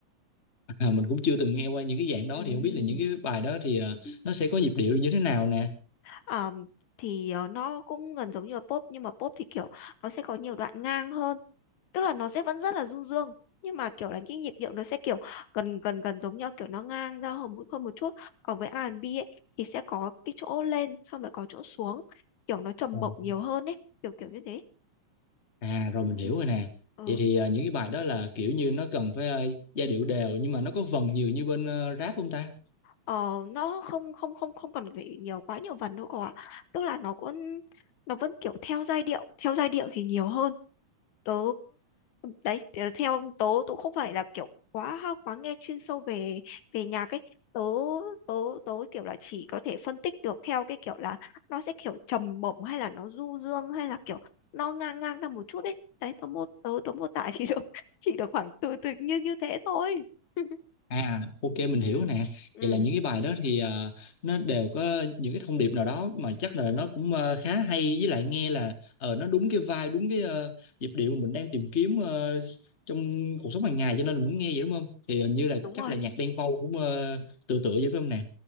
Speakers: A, on the left; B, on the left.
A: à, mình cũng chưa từng nghe qua những cái dạng đó
B: Ừm,
A: thì không biết là những cái bài đó thì ờ, nó sẽ có nhịp điệu như thế nào nè
B: ờm, thì ờ, nó cũng gần giống như là pop nhưng mà pop thì kiểu nó sẽ có nhiều đoạn ngang hơn tức là nó sẽ vẫn rất là du dương nhưng mà kiểu là cái nhịp điệu nó sẽ kiểu gần gần gần giống nhau kiểu nó ngang ra hơn một hơn một chút còn với R&B ấy thì sẽ có cái chỗ lên xong lại có chỗ xuống kiểu nó trầm
A: Ồ.
B: bổng nhiều hơn ấy kiểu kiểu như thế
A: à rồi mình hiểu
B: Ừ.
A: rồi
B: ừ.
A: nè
B: ờ,
A: vậy thì ờ, những cái bài đó là kiểu như nó cần phải ờ, giai điệu đều nhưng mà nó có vần nhiều như bên ờ, rap không ta
B: ờ, nó không không không không cần phải nhiều quá nhiều vần đâu cậu ạ tức là nó cũng nó vẫn kiểu theo giai điệu theo giai điệu thì nhiều hơn tớ đấy tớ- theo tớ tớ không phải là kiểu quá quá nghe chuyên sâu về về nhạc ấy tớ tớ tớ kiểu là chỉ có thể phân tích được theo cái kiểu là nó sẽ kiểu trầm bổng hay là nó du dương hay là kiểu nó ngang ngang ra một chút ấy đấy tớ mô tớ tớ mô tả chỉ được <laughs> chỉ được khoảng từ từ như như thế thôi <laughs>
A: À, ok mình
B: ừ
A: hiểu nè.
B: ừ
A: Vậy là những cái bài đó thì ờ, nó đều có những cái thông điệp nào đó mà chắc là nó cũng ờ, khá hay với lại nghe là ờ nó đúng cái vibe, đúng cái ờ, nhịp điệu mà mình đang tìm kiếm ờ, trong cuộc sống hàng ngày cho nên là mình muốn nghe vậy đúng không? Thì hình như là
B: đúng
A: chắc
B: rồi
A: là nhạc Đen Vâu cũng ờ, tựa tựa vậy phải không nè?